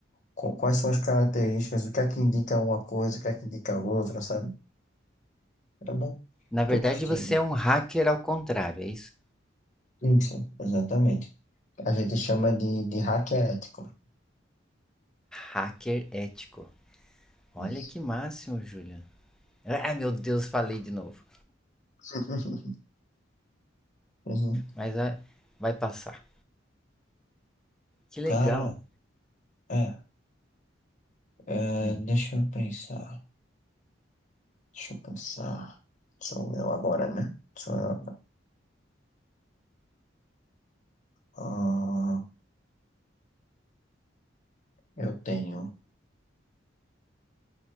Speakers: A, on the left; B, in the centre.
A: qu- quais são as características, o que é que indica uma coisa, o que é que indica outra, sabe? Eu não
B: Na verdade,
A: tô curtindo.
B: você é um hacker ao contrário, é isso?
A: Isso, exatamente. A gente chama de, de hacker ético.
B: Hacker ético. Olha
A: Isso.
B: que máximo, Júlia. Ah, meu Deus, falei de novo.
A: <laughs> Pois é.
B: Mas vai, vai passar. Que legal.
A: Cara, é, é,
B: Hum,
A: deixa eu pensar. Deixa eu pensar. Sou eu agora, né? Sou eu agora. Ah, eu tenho.